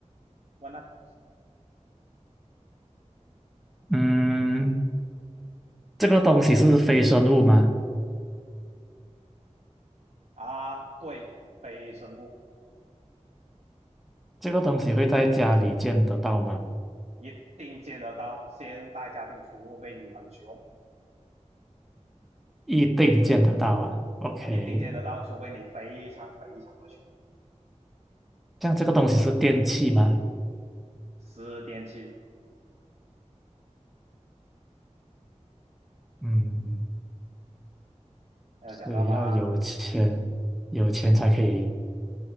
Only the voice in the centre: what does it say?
嗯，这个东西是非生物吗？
这个东西会在家里见得到吗？
一定见得到啊。OK，
像这个东西是电器吗？
嗯，
所以要有钱，有钱才可以